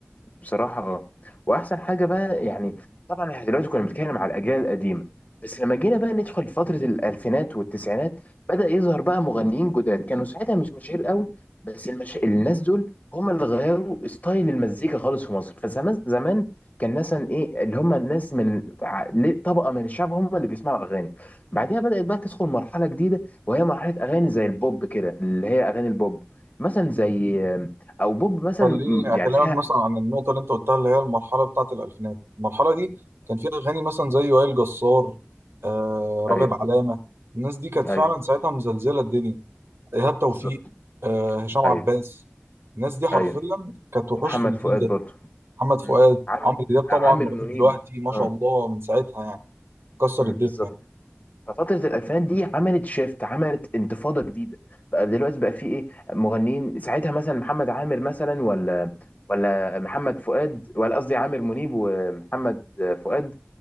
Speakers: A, on the left (about 40°); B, on the right (about 60°).
A: بصراحة اه وأحسن حاجة بقى يعني طبعا احنا دلوقتي كنا بنتكلم على الأجيال القديمة بس لما جينا بقى ندخل فترة الألفينات والتسعينات بدأ يظهر بقى مغنيين جداد كانوا ساعتها مش مشاهير قوي بس المش... الناس دول هم اللي غيروا ستايل المزيكا خالص في مصر فزمان زمان كان مثلا ايه اللي هم الناس من ع- ل- طبقة من الشعب هم اللي بيسمعوا أغاني بعدها بدأت بقى تدخل مرحلة جديدة وهي مرحلة أغاني زي البوب كده اللي هي أغاني البوب مثلا زي أو بوب مثلا
B: خليني
A: م- يعني
B: اكلمك
A: فيها
B: مثلا عن النقطه اللي انت قلتها اللي هي المرحله بتاعه الالفينات المرحله دي كان فيها اغاني مثلا زي وائل جسار آه
A: ايوه
B: راغب علامه الناس دي كانت
A: ايوه
B: فعلا ساعتها مزلزله الدنيا ايهاب توفيق
A: بالظبط
B: آه هشام عباس
A: ايوه
B: الناس دي حرفيا
A: ايوه
B: كانت وحوش
A: ومحمد
B: في الجيل
A: فؤاد
B: ده
A: برضه
B: محمد
A: مم.
B: فؤاد
A: عم...
B: عمرو دياب طبعا
A: عامر
B: لغايه
A: منيب
B: دلوقتي ما
A: اه
B: شاء الله من ساعتها يعني كسر
A: مم.
B: الدنيا
A: بالظبط ففترة الألفينات دي عملت شيفت عملت انتفاضة جديدة بقى دلوقتي بقى في إيه مغنيين ساعتها مثلا محمد عامر مثلا ولا ولا محمد فؤاد ولا قصدي عامر منيب ومحمد فؤاد